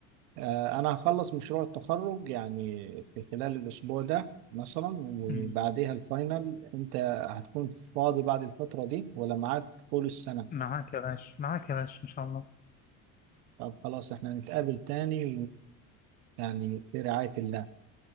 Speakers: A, on the right; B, on the left.
A: آه، أنا هخلص مشروع التخرج يعني في خلال الأسبوع ده مثلا وبعديها
B: مم.
A: الفاينل أنت هتكون فاضي بعد الفترة دي ولا معاك طول السنة؟
B: معاك يا باشا معاك يا باشا إن شاء الله
A: طب خلاص إحنا نتقابل تاني ويعني في رعاية الله